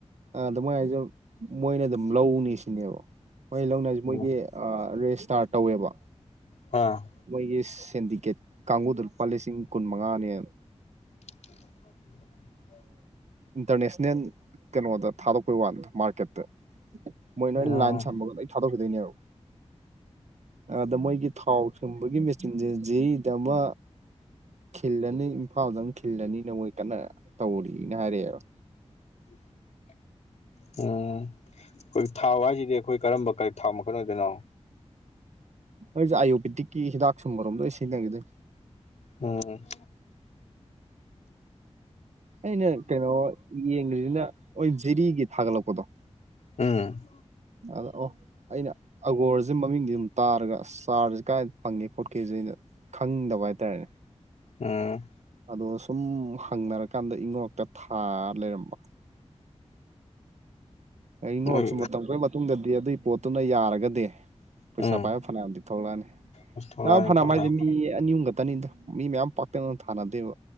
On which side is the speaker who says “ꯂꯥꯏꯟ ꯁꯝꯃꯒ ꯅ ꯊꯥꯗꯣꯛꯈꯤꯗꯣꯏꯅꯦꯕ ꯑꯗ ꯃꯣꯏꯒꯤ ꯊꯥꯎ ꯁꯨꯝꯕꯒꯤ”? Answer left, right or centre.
Right